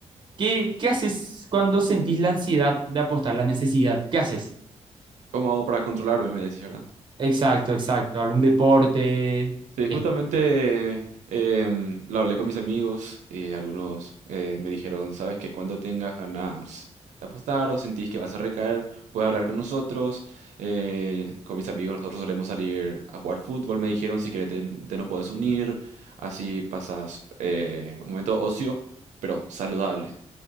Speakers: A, on the right; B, on the right.
A: ¿Qué, qué haces cuando sentís la ansiedad de apostar, la necesidad? ¿Qué haces?
B: ¿Cómo hago para controlarme? Me decís, ¿verdad?
A: Exacto, exacto. ¿Algún deporte?
B: Sí, justamente
A: Eh,
B: em, lo hablé con mis amigos y algunos eh, me dijeron, sabes que cuando tengas ganas de apostar o sentís que vas a recaer, puedes hablar con nosotros. eh, con mis amigos nosotros solemos salir a jugar fútbol, me dijeron, si querés te, te nos puedes unir, así pasas eh, un momento ocio, pero saludable.